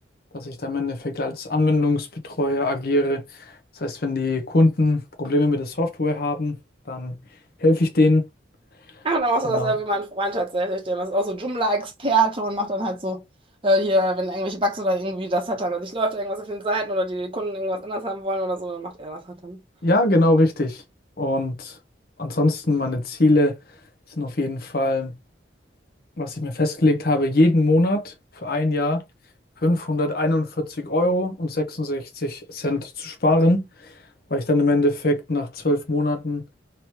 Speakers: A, on the left; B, on the right.
A: dass ich da im Endeffekt als Anwendungsbetreuer agiere. Das heißt, wenn die Kunden Probleme mit der Software haben, dann helfe ich denen.
B: Ja, und dann machst
A: Genau.
B: du das ja wie mein Freund tatsächlich. Der ist auch so Joomla-Experte und macht dann halt so, äh, hier, wenn irgendwelche Bugs oder irgendwie das hat dann nicht läuft, irgendwas auf den Seiten oder die Kunden irgendwas anders haben wollen oder so, dann macht er das halt dann.
A: Ja, genau richtig. Und ansonsten meine Ziele sind auf jeden Fall. was ich mir festgelegt habe, jeden Monat für ein Jahr fünfhunderteinundvierzig Euro und sechsundsechzig Cent zu sparen, weil ich dann im Endeffekt nach zwölf Monaten